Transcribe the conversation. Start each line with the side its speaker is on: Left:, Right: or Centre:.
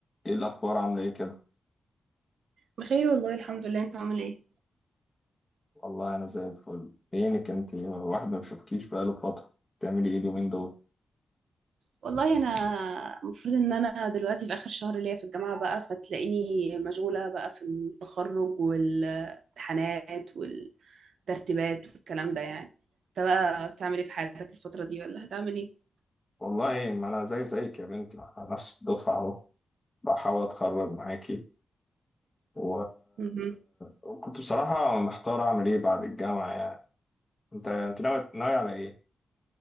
Left: ايه الاخبار عامله ايه كده
Right: بخير والله الحمد لله انت عامل ايه
Left: والله انا زي الفل فينك انت الواحد ما بيشوفكيش بقاله فتره بتعملي ايه اليومين دول
Right: والله انا المفروض ان انا دلوقتي في اخر شهر ليا في الجامعه بقى فتلاقيني مشغوله بقى في التخرج والامتحانات والترتيبات والكلام ده يعني انت بقى بتعمل ايه في حياتك الفتره دي ولا هتعمل ايه
Left: والله ما انا زي زيك يا بنتي ما احنا نفس الدفعه اهو بحاول اتخرج معاكي و...
Right: مهم.
Left: وكنت بصراحه محتار اعمل ايه بعد الجامعه يعني انت انت ناوي ناوي على ايه